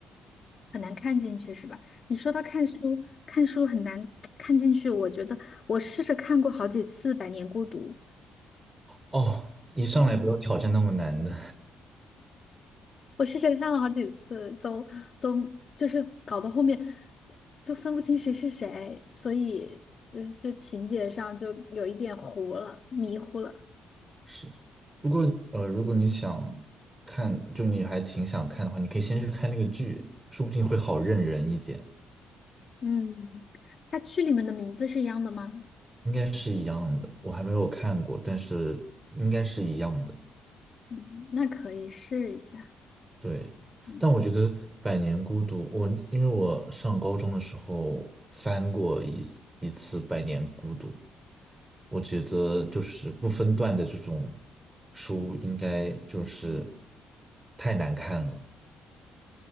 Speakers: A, on the left; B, on the right.
A: 很难看进去是吧？你说他看书，看书很难看进去，我觉得我试着看过好几次《百年孤独》，
B: 哦，一上来不要挑战那么难的。
A: 我试着看了好几次，都都就是搞到后面就分不清谁是谁，所以呃，就情节上就有一点糊了，迷糊了。
B: 是，不过呃，如果你想看，就你还挺想看的话，你可以先去看那个剧，说不定会好认人一点。
A: 嗯，它剧里面的名字是一样的吗？
B: 应该是一样的，我还没有看过，但是应该是一样的。
A: 嗯，那可以试一下。
B: 对，
A: 嗯
B: 但我觉得《百年孤独》，我因为我上高中的时候翻过一次一次《百年孤独》，我觉得就是不分段的这种书应该就是太难看了。